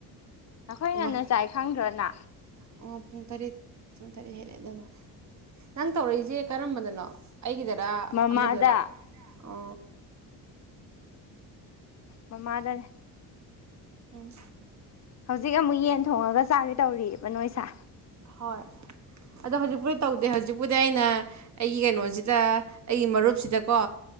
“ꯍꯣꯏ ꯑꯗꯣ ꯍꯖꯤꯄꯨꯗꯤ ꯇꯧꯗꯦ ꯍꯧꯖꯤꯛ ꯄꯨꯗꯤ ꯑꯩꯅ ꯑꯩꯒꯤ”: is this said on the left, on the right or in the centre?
Right